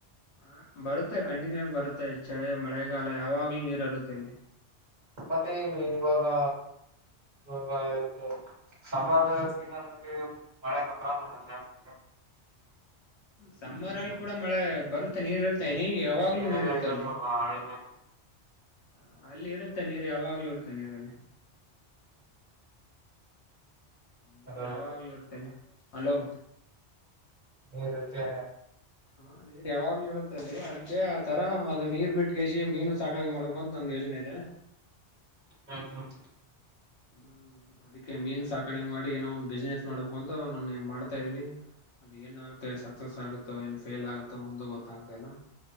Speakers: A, on the left; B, on the right.
A: ಹ ಬರುತ್ತೆ ಕಂಟಿನ್ಯೂ ಆಗಿ ಬರುತ್ತೆ ಚಳೆ ಮಳೆಗಾಲ ಯಾವಾಗ್ಲೂ ನೀರು ಅರಿಯುತ್ತೆ ಅಲ್ಲಿ.
B: ಮತ್ತೆ ಈ ಇವಾಗಾ ಇವಾಗ ಸಮ್ಮರ್ ಸೀಸನ್ ಅಂತೇಳ ಮಳೆ ಬರಲ್ಲ್ ಅಲ್ಲ ಜಾಸ್ತಿ
A: ಸಮ್ಮರ ಅಲ್ಲಿ ಕೂಡ ಮಳೆ ಬರುತ್ತೆ ನೀರ್ ಇರ್ತ್ತೆ ಏನೀ ಯಾವಾಗ್ಲೂ
B: ನೀರೆಲ್ಲ
A: ನೀರ್ ಇರುತ್ತೆ
B: ಇರಲ್ವಲ್ವಾ
A: ಅಲ್ಲಿ
B: ಹಳ್ಳದಲ್ಲಿ
A: ಹ ಅಲ್ಲಿ ಇರುತ್ತೆ ನೀರು ಯಾವಾಗ್ಲೂ ಇರುತ್ತೆ ನೀರಲ್ಲಿ. ನೀರ್
B: ಹಲೋ
A: ಯಾವಾಗ್ಲೂ ಇರ್ತಲ್ಲಿ ಅಲೋ.
B: ನೀರ ಇರುತ್ತೆ
A: ಹಾ ನೀ.. ಯಾವಾಗ್ಲೂ ಇರುತ್ತ ಅಲ್ಲಿ ಅದಕ್ಕೆ ಆ ತರ ಅದು ನೀರ್ ಬಿಟ್ಟಗೇಸಿ ಮೀನು ಸಾಕಾಣಿಕೆ ಮಾಡ್ಬೇಕು ಅಂತ ನಂದ ಯೋಜನೆ ಇದೆ.
B: ಹ್ಮ ಹ್ಮ್.
A: ಹ್ಮ್ ಅದಕ್ಕೆ ಮೀನ್ ಸಾಕಾಣಿಕ ಮಾಡಿ ಏನೋ ಒಂದ್ ಬಿಸ್ನೆಸ್ ಮಾಡ್ಬೇಕು ಅಂತ ನಾನು ಮಾಡ್ತಾ ಇದೀನಿ. ಅದ ಏನ್ ಆಗುತ್ತೆನ್ ಸಕ್ಸಸ್ ಆಗುತ್ತೋ ಏನ್ ಫೇಲ್ ಆಗುತ್ತೋ ಒಂದು ಗೊತ್ತಾಗತ್ತ ಇಲ್ಲ.